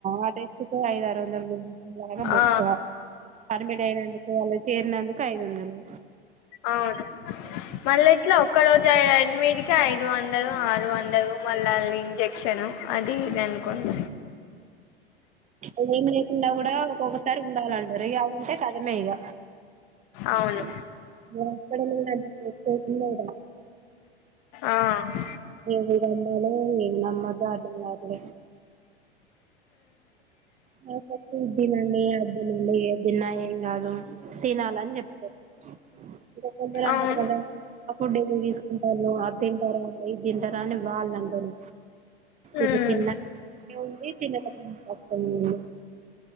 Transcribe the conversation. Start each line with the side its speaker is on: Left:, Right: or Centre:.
Right: ఆ టెస్ట్ ఒక ఐదు ఆరు వందల దాకా బొక్క
Left: ఆ
Right: అడ్మిట్ అయినందుకు అల చేరినందుకు ఐదొందలు
Left: అవును మళ్ళ ఇట్లా ఒక్కరోజు అడ్మిట్ కే ఐదు వందలు ఆరు వందలు మళ్ళ ఆళ్ళ ఇంజక్షను అది ఇది అనుకుంట
Right: అదేం లేదు ఉండ కూడా ఒక్కొక్కసారి ఉండాలంటారు ఇక ఉంటే కథమే ఇక
Left: అవును
Right: ఇప్పుడు హాస్పిటల్ కూడా అంత ప్లస్ అయితున్నదిర
Left: ఆ ఉమ్
Right: ఏది నమ్మాలో ఏది నమ్మధో అర్థం కావట్లేదు డాటర్స్ ఇద్దినండి అద్దినండి ఏదిన ఇంగ అదో తినాలని చెప్పారు ఇక కొందరు అంటారు
Left: అవును
Right: కదా ఆ ఫుడ్ ఏమి తీసుకుంటనవ్ అది తింటరా ఇది తింటారా అని వాళ్ళంటరు ఇది
Left: ఉమ్
Right: తిన్న అట్లనే ఉంది తినక ముందు అట్లనే ఉంది